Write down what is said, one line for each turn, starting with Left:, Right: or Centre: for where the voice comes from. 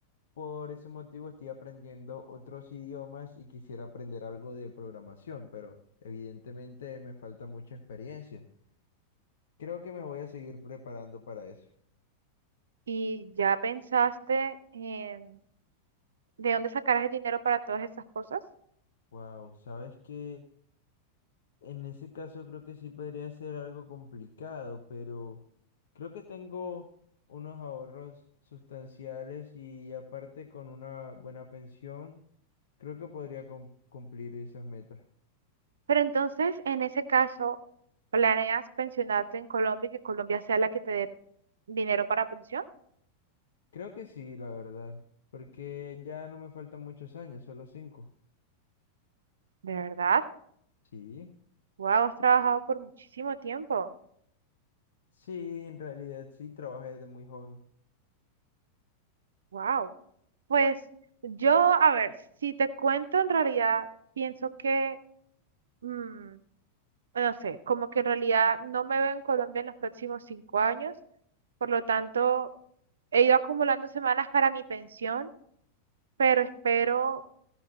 Left: Por ese motivo estoy aprendiendo otros idiomas y quisiera aprender algo de programación, pero evidentemente me falta mucha experiencia. Creo que me voy a seguir preparando para eso.
Right: y ya pensaste en de dónde sacarás el dinero para todas esas cosas.
Left: Wow, sabes que en ese caso creo que sí podría ser algo complicado, pero creo que tengo unos ahorros sustanciales y aparte con una buena pensión, creo que podría cum- cumplir esas metas.
Right: Pero entonces, en ese caso, ¿planeas pensionarte en Colombia y que Colombia sea la que te dé dinero para pensión?
Left: Creo que sí, la verdad, porque ya no me faltan muchos años, solo cinco.
Right: ¿De verdad?
Left: Sí.
Right: Wow, has trabajado por muchísimo tiempo.
Left: Sí, en realidad sí, trabajé desde muy joven,
Right: Wow. Pues yo, a ver, si te cuento, en realidad pienso que, mm, no sé, como que en realidad no me veo en Colombia en los próximos cinco años. Por lo tanto, he ido acumulando semanas para mi pensión, pero espero,